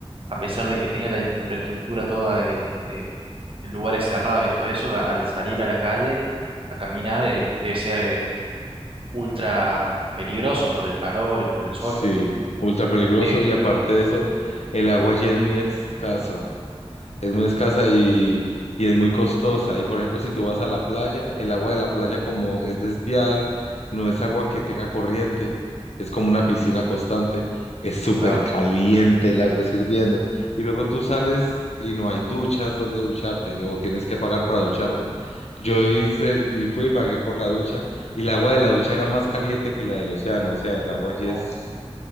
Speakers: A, on the right; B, on the left.
A: a pesar de que tenga la infraestructura toda de, eh, lugares cerrados y todo eso, a- al salir a la calle a caminar, eh, debe ser, eh, ultra peligroso por el calor y por el sol.
B: Sí, ultra peligroso
A: Eh,
B: y aparte de eso, el agua allí es muy escasa. Es muy escasa y, y es muy costosa. Y por ejemplo, si tú vas a la playa, el agua de la playa como es desviada, no es agua que tenga corriente, es como una piscina constante, es súper
A: claro.
B: caliente el agua es hirviendo. Y luego tú sales
A: Uh,
B: y no hay duchas donde ducharte o tienes que pagar para ducharte. Yo hice el- y fui y pagué por la ducha y el agua de la ducha era más caliente que la del océano, o sea, el agua allí
A: no.
B: es